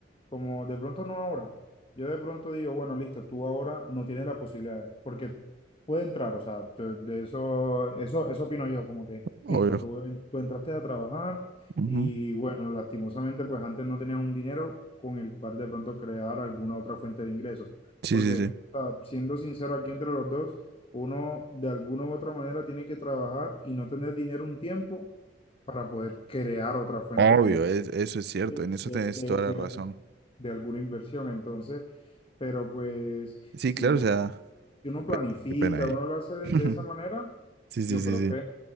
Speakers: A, on the left; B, on the right.
A: como de pronto no ahora. Yo de pronto digo, bueno, listo, tú ahora no tienes la posibilidad, porque puede entrar, o sea, te- de eso, eso, eso opino yo, como que,
B: Obvio.
A: listo, tú, tú entraste a trabajar.
B: Ujú.
A: Y bueno, lastimosamente, pues antes no tenías un dinero con el cual de pronto crear alguna otra fuente de ingresos.
B: Sí,
A: Porque,
B: sí, sí.
A: o sea, siendo sincero aquí entre los dos, uno de alguna u otra manera tiene que trabajar y no tener dinero un tiempo para poder crear otra fuente
B: Obvio,
A: de, in-
B: es- eso es cierto.
A: de,
B: En eso
A: de,
B: tenés
A: de-
B: toda
A: de-
B: la razón.
A: de alguna inversión. Entonces, pero pues
B: Sí,
A: si
B: claro,
A: uno,
B: o sea,
A: si uno planifica,
B: pe- qué pena ahí.
A: uno lo hace de,
B: <laughs>
A: de esa manera,
B: Sí, sí,
A: yo
B: sí,
A: creo
B: sí.
A: que